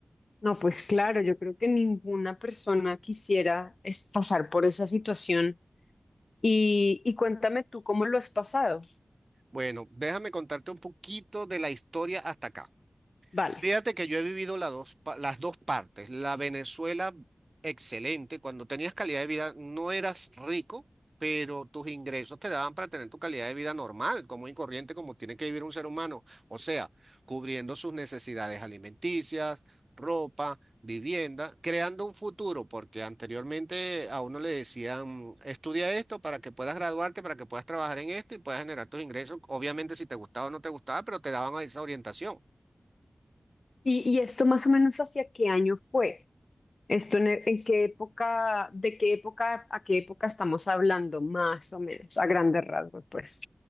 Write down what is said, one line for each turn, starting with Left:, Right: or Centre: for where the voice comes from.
Left: No, pues claro, yo creo que ninguna persona quisiera es pasar por esa situación. Y, y cuéntame tú cómo lo has pasado.
Right: Bueno, déjame contarte un poquito de la historia hasta acá.
Left: Vale.
Right: Fíjate que yo he vivido las dos, pa- las dos partes. La Venezuela, excelente. Cuando tenías calidad de vida, no eras rico, pero tus ingresos te daban para tener tu calidad de vida normal, como y corriente, como tiene que vivir un ser humano. O sea, cubriendo sus necesidades alimenticias, ropa, vivienda, creando un futuro, porque anteriormente a uno le decían, estudia esto para que puedas graduarte, para que puedas trabajar en esto y puedas generar tus ingresos. Obviamente, si te gustaba o no te gustaba, pero te daban esa orientación.
Left: ¿Y, y esto más o menos hacia qué año fue? ¿Esto en, e, en qué época, de qué época a qué época estamos hablando, más o menos, a grandes rasgos, pues?